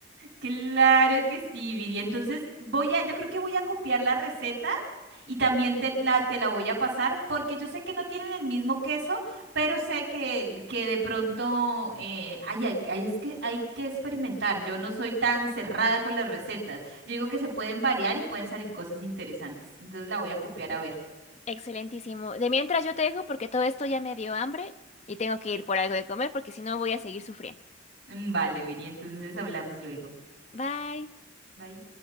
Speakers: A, on the right (about 75°); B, on the left (about 35°).
A: Claro que sí, Viri. Entonces voy a, yo creo que voy a copiar la receta y también te la, te la voy a pasar porque yo sé que no tienen el mismo queso, pero sé que, que de pronto eh, ay, ay, ay, es que hay que experimentar. Yo no soy tan cerrada con las recetas. Yo digo que se pueden variar y pueden salir cosas interesantes. Entonces la voy a copiar a ver.
B: Excelentísimo. De mientras yo te dejo porque todo esto ya me dio hambre y tengo que ir por algo de comer porque si no voy a seguir sufriendo.
A: Mm, Vale, Viri, entonces hablamos luego.
B: Bye.
A: Bye.